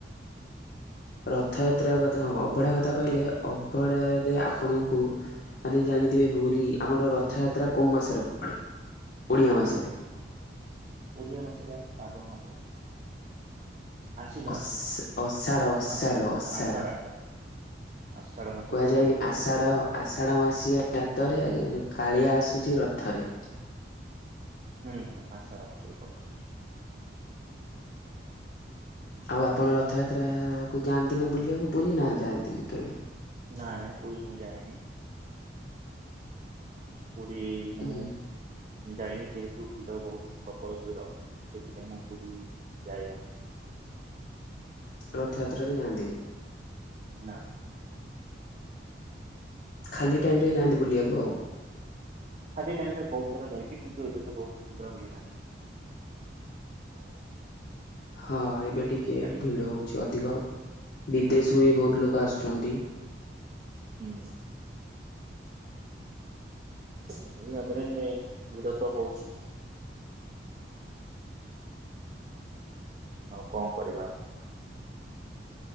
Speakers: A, on the left; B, on the right.
A: ରଥଯାତ୍ରା କଥା ହଁ ଅଭଡା କଥା କହିଲେ ଅଭଡାରେ ଆପଣଙ୍କୁ ମାନେ ଜାଣିଥିବେ ଭୁରୀ ଆମର ରଥଯାତ୍ରା କୋଉ ମାସେରେ ପଡେ ଓଡିଆ ମାସରେ?
B: ଓଡ଼ିଆ ମାସରେ ଆମ ଶ୍ରାବଣ ମାସରେ ପଡେ। ଆଶ୍ୱିନ
A: ଅଷା
B: ଆଶ୍ୱିନ ଆଶ୍ୱିନ,
A: ଅଷାଢ଼ ଅଷାଢ଼
B: ଆଷାଢ଼
A: ଅଷାଢ଼
B: ଆଷାଢ଼ ଆଷାଢ଼। ଆଷାଢ଼ ମାସରେ
A: କୁହାଯାଏନି
B: ପଡେ ରଥଯାତ୍ରା।
A: ଆଷାଢ଼ ଆଷାଢ଼ ମାସିଆ ଯା-ତରେ କାଳିଆ ଆସୁଚି ରଥରେ।
B: ହୁଁ ହୁଁ ଆଷାଢ଼ ମାସରେ ପଡେ।
A: ଆଉ ଆପଣ ରଥଯାତ୍ରା କୁ ଯାଆନ୍ତି ନା ବୁଲିଆକୁ ପୁରୀ ନା ଯାଆନ୍ତିନି କେବେ?
B: ନା ନାଁଏ ପୁୁରୀ ମୁଁ ଯାଏନି। ପୁରୀ ମୁଁ
A: ହୁଁ
B: ଯାଇ ନି ଯେହେତୁ ଭିଡ ବହୁତ୍ ପ୍ରବଳ ଭିଡ ସେଥିପାଇଁ ମୁଁ ପୁରୀ ଯାଏନାହିଁ।
A: ରଥଯାତ୍ରାରେ ଯାଆନ୍ତିନି।
B: ନାଁ।
A: ଖାଲି ଟାଇମ୍ ରେ ଯାଆନ୍ତି ବୁଲିଆକୁ ଆଉ।
B: ଖାଲି ଟାଇମ୍ ରେ ବହୁତ ଥର ଯାଇଚି କିନ୍ତୁ ଏବେ ତ ବହୁତୁ ଭିଡ ହେଇଗଲାଣି। ଆଉ
A: ହଁ ଏବେ
B: ସେଥିପାଇଁ
A: ଟିକେ
B: ଯାଇ
A: ଭିଡ଼
B: ହଉନି
A: ହଉଚି ଅଧିକ ବିଦେଶରୁୁ ବି ବହୁତ ଲୋକ ଆସୁଚନ୍ତି।
B: ହୁଁ। ସେହିପରି ଭାବରେ ଭିଡ ତ ହଉଚି। ଆଉ କଣ କରିବା ଆଉ।